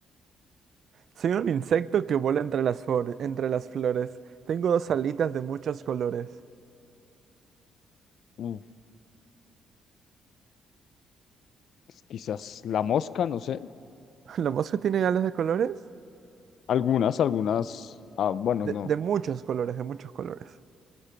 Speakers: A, on the right; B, on the left.
A: Soy un insecto que vuela entre las, flor- entre las flores. Tengo dos alitas de muchos colores.
B: Uf, quizás la mosca, no sé.
A: <laughs> ¿La mosca tiene alas de colores?
B: Algunas, algunas. Ah, bueno,
A: De,
B: no.
A: de muchos colores, de muchos colores.